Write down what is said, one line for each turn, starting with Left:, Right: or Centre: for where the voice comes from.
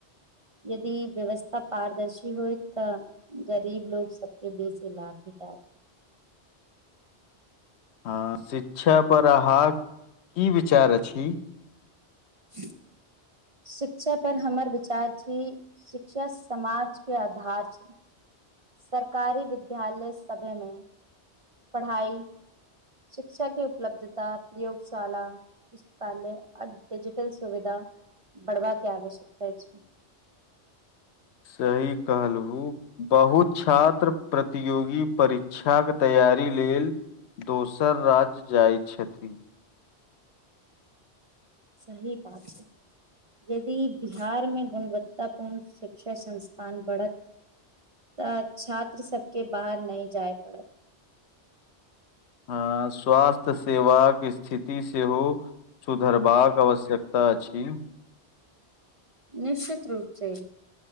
Right: यदि व्यवस्था पारदर्शी होय तऽ गरीब लोक सबके बेसी लाभ भेटा
Left: ह शिक्षा पर अहाँ की विचार अछि
Right: ह शिक्षापर हमर विचार छी शिक्षा समाज के आधार छै सरकारी विद्यालय सभ मे पढ़ाई शिक्षा के उपलब्धता प्रयोगशाला पुस्तकालय आ डिजिटल सुविधा बढ़वा के आवश्यकता छी
Left: सही कहलहु बहुत छात्र प्रतियोगी परीक्षाक तैयारी लेल दोसर राज जाइ छथिन
Right: सही बात छै यदि बिहार मे गुणवत्ता पूर्ण शिक्षा संस्थान बढ़त तऽ छात्र सब के बाहर नय जाय पड़त
Left: हँ स्वास्थ्य सेवाक स्थिति सेहो सुधरबाक आवश्यकता अछि
Right: निश्चित रूप से